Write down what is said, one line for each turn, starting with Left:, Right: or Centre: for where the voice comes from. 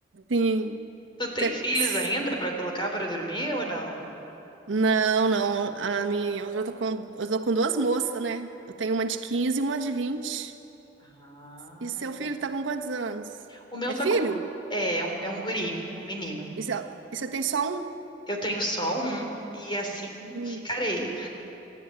Right: Sim.
Left: Tu tem
Right: Você-
Left: filhos ainda pra colocar pra dormir ou não?
Right: Não, não. A minha... Hoje eu tô com... eu tô com duas moças, né? Eu tenho uma de 15 e uma de 20.
Left: Ah,
Right: E seu filho tá com quantos anos?
Left: o meu
Right: É
Left: tá
Right: filho?
Left: com é, é um, é um guri, é um menino.
Right: E você e você tem só um?
Left: Eu tenho só um e assim
Right: Hum.
Left: ficarei.